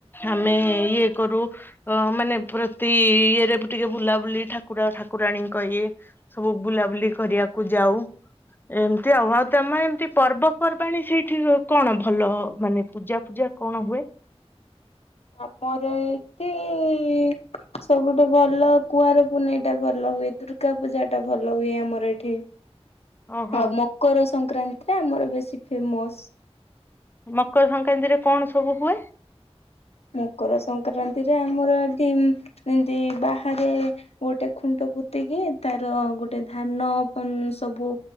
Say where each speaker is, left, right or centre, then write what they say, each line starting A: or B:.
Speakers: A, on the left; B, on the left.
A: ଆମେ ଇଏ କରୁ ଅ ମାନେ ପ୍ରତି ଇଏରେ ବି ଟିକେ ବୁଲାବୁଲି ଠାକୁର ଠାକୁରାଣୀଙ୍କ ଇଏ ସବୁ ବୁଲାବୁଲି କରିବାକୁ ଯାଉ ଏମତି ଆଉ ଆଉ ତମର ଏମିତି ପର୍ବପର୍ବାଣୀ ସେଇଠି କଣ ଭଲ ମାନେ ପୂଜା ଫୂଜା କଣ ହୁଏ?
B: ଆମର ଏଇଠି ଇ ସବୁଠୁ ଭଲ କୁଆଁର ପୁନେଇ ଟା ଭଲ ହୁଏ, ଦୁର୍ଗା ପୂଜା ଟା ଭଲ ହୁଏ, ଆମର ଏଠି।
A: <inaudible> ଓହୋ
B: ଆଉ ମକର ସଂକ୍ରାନ୍ତି ଟା ଆମର ବେଶୀ ଫେମସ।
A: ମକର ସଂକ୍ରାନ୍ତିରେ କଣ ସବୁ ହୁଏ?
B: ମକର ସଂକ୍ରାନ୍ତିରେ ଆମର ଏଠି ଏମିତି ବାହାରେ ଗୋଟେ ଖୁଣ୍ଟ ପୋତିକି ତାର ଗୋଟେ ଧାନ ପା ସବୁ